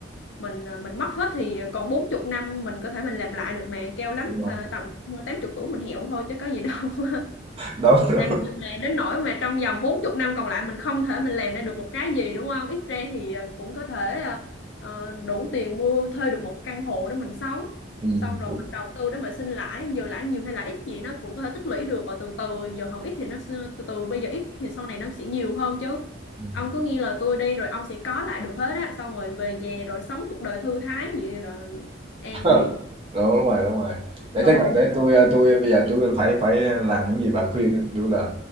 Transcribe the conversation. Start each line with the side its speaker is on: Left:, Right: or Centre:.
Left: mình à, mình mất hết thì còn bốn chục năm mình có thể mình làm lại được mà keo lắm
Right: đúng rồi.
Left: à, tầm tám chục tuổi mình hiểu thôi chứ có gì đâu <laughs>
Right: Đúng, đúng.
Left: làm gì mà đến nỗi mà trong vòng bốn chục năm còn lại mình không thể mình làm ra được một cái gì đúng không? Ít ra thì ờ, cũng có thể ờ, ờ, đủ tiền mua thuê được một căn hộ để mình sống.
Right: Ừm,
Left: Xong rồi
Right: đúng,
Left: mình đầu tư để mình sinh lãi, giờ lãi nhiều hay là ít gì nó cũng có thể tích lũy được rồi từ từ giờ không ít thì nó sẽ- từ từ bây giờ ít thì sau này nó sẽ nhiều hơn chứ.
Right: ừm.
Left: Ông cứ nghe lời tôi đi rồi ông sẽ có lại được hết á, xong rồi về về rồi sống cuộc đời thư thái vậy rồi an
Right: Ờ,
Left: nghỉ
Right: <laughs> đúng rồi, đúng rồi.
Left: cuộc
Right: Để
Left: đời
Right: chắc là
Left: như vậy.
Right: để tôi a, tui bây giờ tôi phải phải làm những gì bà khuyên á, kiểu là,